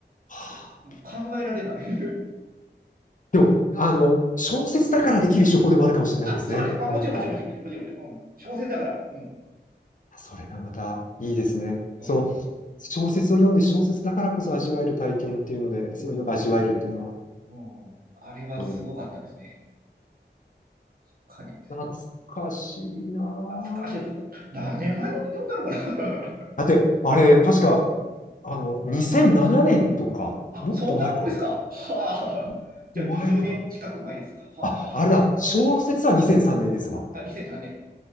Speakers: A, on the left; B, on the right.
A: <sighs>
B: う、もう、もう考えられない。<laughs>
A: でも、あの、小説だからできる手法でもあるかもしれないですね。
B: あ、そうです。まあ、
A: なんか、
B: もちろん、もちろん、もちろん、もちろん、もちろん、もちろんうん。小説だから。うん。
A: それがまたいいですね。
B: う
A: その、小説を読んで小説だからこそ味わえる体験っていうので、そういうのが味わえるっていうのは、
B: ん。うん。あれはすごかったですね。
A: うん
B: かに。
A: 懐かしいなぁ。
B: 懐かしい。僕、何年前の読んだのかな
A: だって、あれ、確か、あの、2007年とか、
B: <laughs> あ、
A: もっと前かな。
B: そんなもんですか。
A: も
B: はあ。
A: っと前かな。
B: じゃあ、20年近く前ですが。は
A: あ、あれだ、小説は2003年ですわ。
B: あ。あ、2003年。